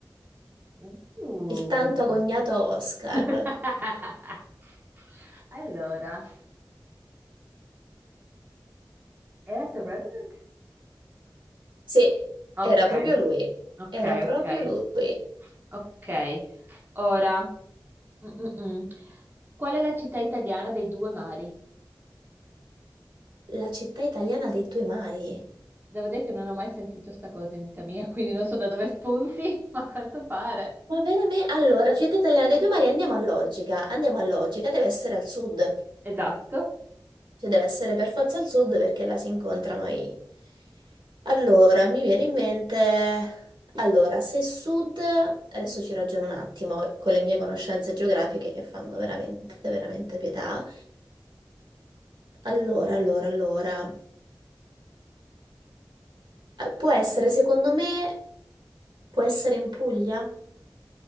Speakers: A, on the right; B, on the right.
A: Uh.
B: Il tanto agognato Oscar.
A: <laughs> Allora, era The Revenant?
B: Sì, era
A: Ok,
B: proprio lui.
A: ok,
B: Era proprio
A: ok.
B: lui.
A: Ok, ora, mm, mm, mm. Qual è la città italiana dei due mari?
B: La città italiana dei due mari.
A: Devo dire che non ho mai sentito sta cosa in vita mia, <laughs> quindi non so da dove spunti, <laughs> ma a quanto pare.
B: Ma veramente? Allora, città italiana dei due mari, andiamo a logica. Andiamo a logica, deve essere al sud.
A: Esatto.
B: Cioè, deve essere per forza al sud perché là si incontrano i... Allora, mi viene in mente... Allora, se sud... Adesso ci ragiono un attimo con le mie conoscenze geografiche che fanno veramente, veramente pietà. Allora, allora, allora... Eh, Può essere, secondo me, può essere in Puglia?